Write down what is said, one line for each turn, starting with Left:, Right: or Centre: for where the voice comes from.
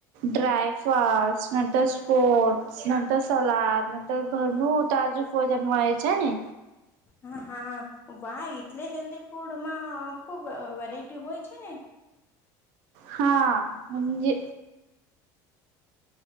Right: ડ્રાયફાટ સ્પટ નંતર સલાદ નંતર ઘરનું તો આજુ વજન વય છે ને
Left: હા હા વાહ એટલે હેલ્ધી ફૂડમાં ખુબ વેરાયટી હોય છે ને.
Right: હા જે